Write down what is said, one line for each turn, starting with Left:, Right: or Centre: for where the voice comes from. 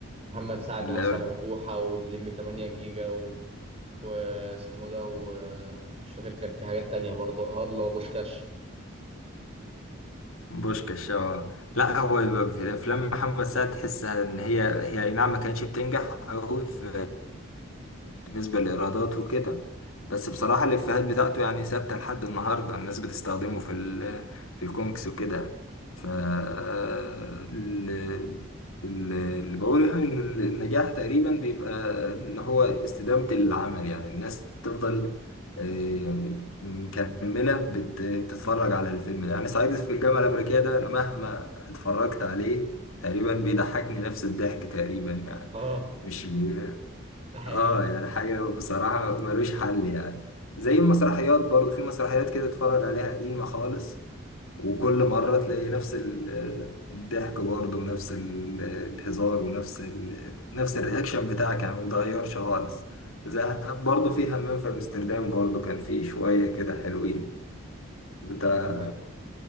Right: محمد سعد
Left: لا.
Right: مثلا بوحة واللمبي 8 جيجا واسمه ده ومش فاكر كان في حاجات تانية برضه اه اللي هو بوشكاش
Left: بوشكاش اه لا هو يبقى في افلام محمد سعد تحسها ان هي هي اي نعم ما كانتش بتنجح قوي في بالنسبه للايرادات وكده بس بصراحه الافيهات بتاعته يعني ثابته لحد النهارده الناس بتستخدمه في ال... في الكوميكس وكده ف ال- ال- اللي بقوله يعني ان النجاح تقريبا بيبقى اللي هو استدامه العمل يعني الناس تفضل آه، مكملة بت- بتتفرج على الفيلم ده يعني صعيدي في الجامعة الأمريكية ده أنا مهما اتفرجت عليه تقريبا بيضحكني نفس الضحك تقريبا يعني
Right: اه
Left: مش بي...
Right: ده حقيقة
Left: اه يعني حاجة بصراحة ملوش حل يعني زي المسرحيات برضو في مسرحيات كده اتفرج عليها قديمة خالص وكل مرة تلاقي نفس ال- الضحك برضه ونفس ال- الهزار ونفس ال... نفس الرياكشن بتاعك يعني ما بيتغيرش خالص زي برضه في همام في امستردام برضه كان فيه شوية كده حلوين بتاع
Right: ده حقيقة